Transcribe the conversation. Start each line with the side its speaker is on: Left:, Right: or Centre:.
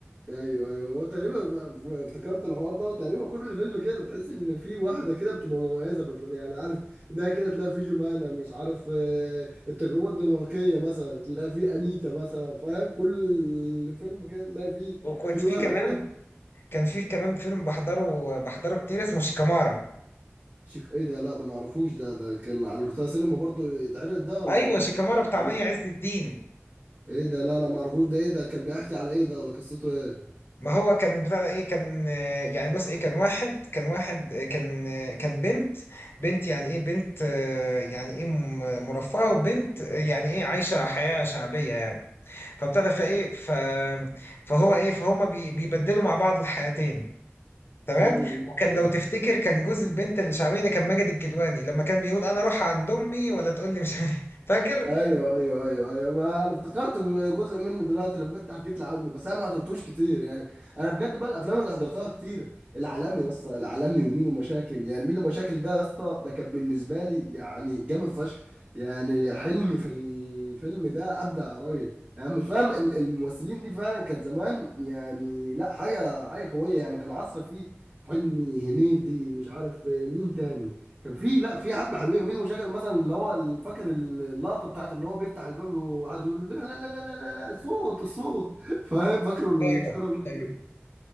Right: ايوه ايوه هو تقريبا ف- ف- افتكرت الحوار ده وتقريبا كل فيلم كده بتحس ان في واحده كده بتبقى مميزه في الفيلم يعني عارف ده كده تلاقي فيه جمانة مش عارف آه، التجربه الدنماركيه مثلا تلاقي فيه انيتا مثلا فاهم كل فيلم كده تلاقي فيه
Left: وكنت
Right: في
Left: في
Right: واحده
Left: كمان
Right: كده
Left: كان في كمان فيلم بحضره بحضره كتير اسمه شيكامارا
Right: شك... ايه ده لا ده ما اعرفوش ده ده كان على روتانا سينما برضو يتعرض ده ولا
Left: ايوه
Right: كنت
Left: شيكامارا
Right: بت-
Left: بتاع
Right: ولا
Left: مي عز الدين
Right: ايه ده لا لا ما اعرفوش ده ايه ده كان بيحكي على ايه ده ولا قصته ايه
Left: ما هو كان بتاع ده ايه كان آه، يعني بص ايه كان واحد كان واحد آه، كان آه، كان بنت بنت يعني ايه بنت آه، يعني ايه م- مرفهة وبنت آه، يعني ايه عايشة حياة شعبية يعني فابتدى فايه ف فهو ايه فهما بي... بيبدلوا مع بعض الحياتين تمام
Right: امم
Left: وكان لو تفتكر كان جوز البنت الشعبية ده كان ماجد الكدواني لما كان بيقول انا اروح عند امي ولا تقول لي مش عارف- إيه. فاكر
Right: ايوه ايوه ايوه ايوه ما انا افتكرت جزء منه دلوقتي لما انت حكيت لي عنه بس انا ما حضرتوش كتير يعني انا بجد بقى الافلام اللي حضرتها كتير العالمي يا اسطى العالمي وميدو مشاكل يعني ميدو مشاكل ده يا اسطى ده كان بالنسبه لي يعني جامد فشخ يعني حلمي في الفيلم ده ابدع يا راجل يعني مش فاهم ال- الممثلين دي فعلا كانت زمان يعني لا حاجه حاجه قويه يعني كان عصر فيه حلمي هنيدي مش عارف مين تاني كان في لا في حبه حلوين مين مشاكل مثلا اللي هو فاكر اللقطه بتاعت اللي هو بيفتح الباب وقعد يقول له لا لا لا لا لا لا الصوت الصوت <laughs> فاهم فاكره ال-
Left: ايوه
Right: فاكره اللقطه
Left: ايوه
Right: دي